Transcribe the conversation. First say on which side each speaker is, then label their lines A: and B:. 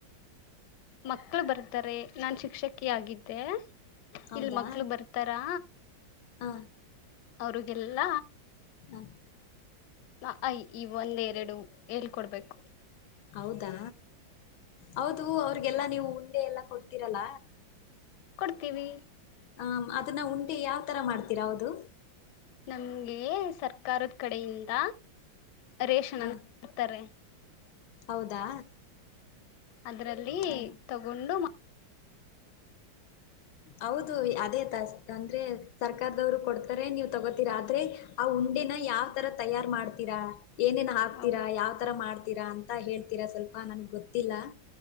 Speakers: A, on the left; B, on the left.
A: ಮಕ್ಳು ಬರ್ತಾರೆ ನಾನ್ ಶಿಕ್ಷಕಿ ಆಗಿದ್ದೆ.
B: ಹೌದಾ
A: ಇಲ್ ಮಕ್ಳು ಬರ್ತಾರಾ
B: ಹ
A: ಅವ್ರುಗೆಲ್ಲ
B: ಹಾ
A: ಆ ಆ ಇ ಈ ಒಂದ ಎರಡು ಹೇಳ್ ಕೊಡ್ಬೇಕು.
B: ಹೌದಾ? ಹೌದು ಅವ್ರಿಗೆಲ್ಲಾ ನೀವು ಉಂಡೆ ಎಲ್ಲಾ ಕೊಡ್ತಿರಲ
A: ಕೊಡ್ತೀವಿ
B: ಹ ಅದನ್ನ ಉಂಡೆ ಯಾವ್ ತರ ಮಾಡ್ತೀರಾ ಹೌದು
A: ನಮ್ಗೆ ಸರ್ಕಾರದ್ ಕಡೆಯಿಂದ ರೇಷನ್
B: ಹ
A: ಅಂತ್ ಡ್ತಾರೆ.
B: ಹೌದಾ
A: ಅದ್ರಲ್ಲಿ
B: ಹ
A: ತಗೊಂಡು
B: ಹೌದು ಅದೇ ತ ಅಂದ್ರೆ ಸರ್ಕಾರದವ್ರು ಕೊಡ್ತಾರೆ ನೀವ್ ತಗೋತೀರಾ ಆದ್ರೆ ಆ ಉಂಡೆನ ಯಾವ ತರ ತಯಾರ್ ಮಾಡ್ತೀರಾ? ಏನೇನ್ ಹಾಕ್ತೀರ
A: ಹ
B: ಯಾವ ತರ ಮಾಡ್ ತೀರಾ ಅಂತ ಹೇಳ್ತೀರಾ ಸ್ವಲ್ಪ ನನ್ಗ್ ಗೊತ್ತಿಲ್ಲ.